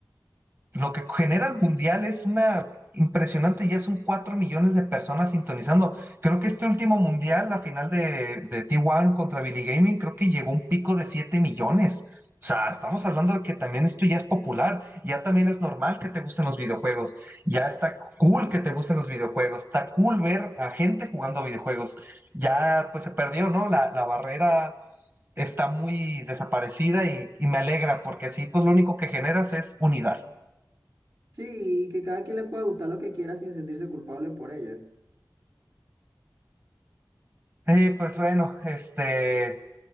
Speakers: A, on the right; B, on the right.
A: Lo que genera el mundial es una impresionante, ya son cuatro millones de personas sintonizando. Creo que este último mundial, la final de, de T1 contra Billy Gaming, creo que llegó a un pico de siete millones. O sea, estamos hablando de que también esto ya es popular, ya también es normal que te gusten los videojuegos, ya está cool que te gusten los videojuegos, está cool ver a gente jugando videojuegos. Ya pues se perdió, ¿no? La, la barrera está muy desaparecida y, y me alegra porque así pues lo único que generas es unidad.
B: Sí, y que cada quien le puede gustar lo que quiera sin sentirse culpable por ello.
A: Sí, pues bueno, este,